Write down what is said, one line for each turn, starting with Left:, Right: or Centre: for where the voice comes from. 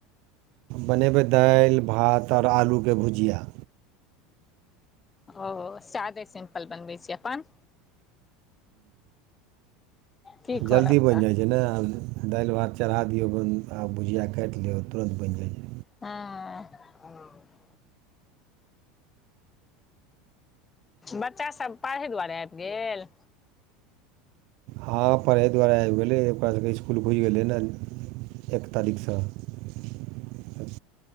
Right: बनेबै दैल भात और आलूके भुजिया।
Left: ओ सादे सिम्पल बनबै छियै अपन। की करब
Right: जल्दी बइन
Left: तऽ
Right: जाइ छै न, दालि भात चढ़ा दियौ अपन आ भुजिया काइट लिय तुरन्त बइन जाइ छै।
Left: हँ बच्चा सब पढ़ै दुआरे आइब गेल?
Right: हँ पढ़य दुआरे आएब गेलै, ओकरासभके स्कुल खुइज गेलै न एक तारीखसँ। <unintelligible>